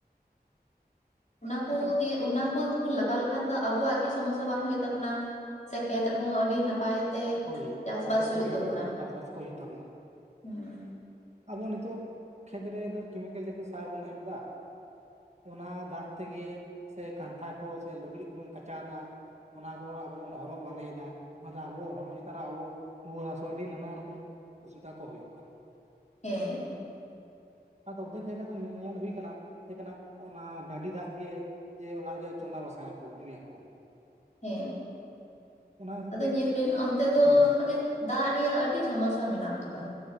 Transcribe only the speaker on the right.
ᱪᱮᱫᱟᱜ
ᱦᱳᱭ,
ᱯᱷᱚᱥᱚᱞ
ᱠᱚ ᱦᱩᱭᱩᱜ-ᱟ᱾
ᱦᱳᱭ, ᱪᱟᱥ-ᱵᱟᱥ ᱠᱚ ᱦᱩᱭᱩᱜ ᱛᱟᱵᱚᱱᱟ᱾
ᱟᱵᱚ ᱱᱤᱛᱚᱜ ᱠᱷᱮᱛ ᱨᱮᱫᱚ ᱠᱮᱢᱤᱠᱮᱞ ᱡᱟᱛᱤᱭᱚ ᱥᱟᱨ ᱵᱚᱱ ᱮᱢᱫᱟ᱾ ᱚᱱᱟ ᱫᱟᱜ ᱛᱮᱜᱮ ᱥᱮ ᱠᱟᱱᱛᱷᱟ ᱠᱚ ᱥᱮ ᱞᱩᱜᱽᱲᱤᱡ ᱠᱚᱵᱚᱱ ᱠᱟᱪᱟᱣ ᱫᱟ᱾ ᱚᱱᱟ ᱠᱚ ᱟᱵᱚ ᱵᱚᱱ ᱦᱚᱨᱚᱜ ᱵᱟᱸᱫᱮᱭᱮᱫᱟ, ᱚᱱᱟᱛᱮ ᱟᱵᱚ ᱦᱚᱲᱢᱚ ᱪᱮᱛᱟᱱ ᱨᱮ ᱟᱵᱚ ᱨᱩᱣᱟᱹ ᱦᱟᱹᱥᱩ ᱟᱹᱰᱤ ᱱᱟᱱᱟ ᱨᱚᱠᱚᱢ ᱚᱥᱩᱵᱤᱫᱟ ᱠᱚ ᱦᱩᱭᱩᱜ ᱠᱟᱱᱟ᱾
ᱟᱨ ᱚᱫᱽᱫᱷᱮᱠ ᱡᱟᱭᱜᱟ ᱫᱚ ᱧᱮᱞ ᱦᱩᱭ ᱟᱠᱟᱱᱟ, ᱦᱮᱸ, ᱚᱱᱟ ᱰᱟᱹᱰᱤ ᱫᱟᱜ ᱜᱮ ᱡᱮ, ᱚᱲᱟᱜ ᱨᱮ ᱜᱮ ᱪᱚᱸᱫᱟ ᱵᱟᱥᱟᱝ ᱟᱠᱚ ᱧᱩᱭ ᱟᱠᱚ᱾
ᱚᱱᱟ ᱠᱷᱟᱹᱛᱤᱨ
ᱛᱮ
ᱦᱮᱸ